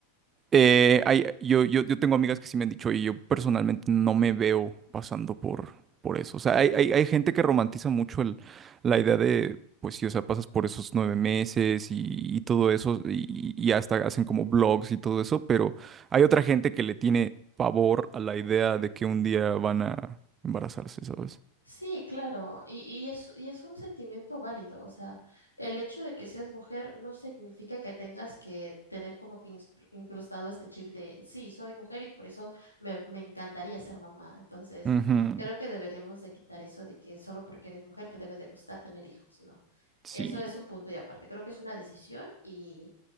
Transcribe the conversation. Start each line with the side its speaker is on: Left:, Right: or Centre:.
Right: eh, hay- yo, yo, yo tengo amigas que sí me han dicho, y yo personalmente no me veo pasando por, por eso. O sea, hay, hay, hay gente que romantiza mucho el, la idea de, pues sí, o sea, pasas por esos nueve meses y, y todo eso, y, y hasta hacen como blogs y todo eso, pero hay otra gente que le tiene pavor a la idea de que un día van a embarazarse, ¿sabes?
Left: Sí, claro. Y, y es, y es un sentimiento válido. O sea, el hecho de que seas mujer no significa que tengas que tener como que ins- incrustado este chip de, sí, soy mujer y por eso me, me encantaría ser mamá. Entonces,
Right: Ujú,
Left: creo que deberíamos de quitar eso de que solo porque eres mujer te debe de gustar tener hijos. No.
Right: Sí.
Left: Eso es un punto y aparte. Creo que es una decisión y,